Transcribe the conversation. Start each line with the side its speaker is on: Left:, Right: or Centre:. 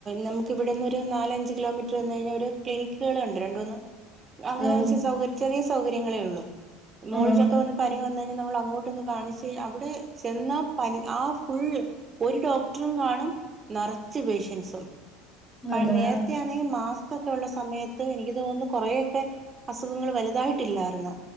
Right: നമുക്ക് ഇവിടെന്ന് നാലഞ്ചച് കിലോമീറ്റർ വന്ന കഴിഞ്ഞാൽ ഒരു ക്ലിനിക്കുക ഉണ്ട് രണ്ടൂന്ന്. അങ്ങനെ
Centre: ഉം
Right: വെച്ച് സൗകര് ചെറിയ സൗകര്യങ്ങളേ ഉള്ളു. മോൾ
Centre: ഉം
Right: <unintelligible> പനി വന് കഴിഞ്ഞാൽ നമ്മൾ അങ്ങോട്ട് കാണിച്ചു അവിടെ ചെന്ന പനി ആഹ് ഫുള് ഒരു ഡോക്ടറും കാണും. നറച്ച് പേഷ്യൻസും. പ
Centre: അതെ
Right: നേരത്തെ ആണെങ്കിൽ മാസ്ക് ഒക്കെ ഉള്ള സമയത്ത് എനിക്ക് തോന്നുന്നു കുറെേയൊക്കെ. അസുഖങ്ങൾ ഒന്നും വലുതായിട്ടില്ലായിരുന്ന്